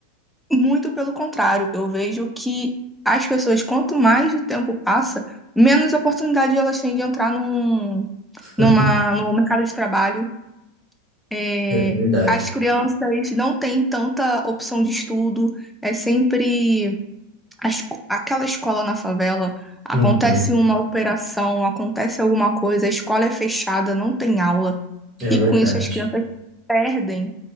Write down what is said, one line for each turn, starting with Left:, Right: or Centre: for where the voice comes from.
Centre: muito pelo contrário. Eu vejo que as pessoas, quanto mais o tempo passa, menos oportunidade elas têm de entrar num,
Right: <laughs>
Centre: numa, no mercado de trabalho é,
Right: é verdade.
Centre: as crianças não têm tanta opção de estudo, é sempre a esco- aquela escola na favela. Acontece
Right: Uhum,
Centre: uma operação, acontece alguma coisa, a escola é fechada, não tem aula,
Right: é
Centre: e
Right: verdade.
Centre: com isso as crianças perdem,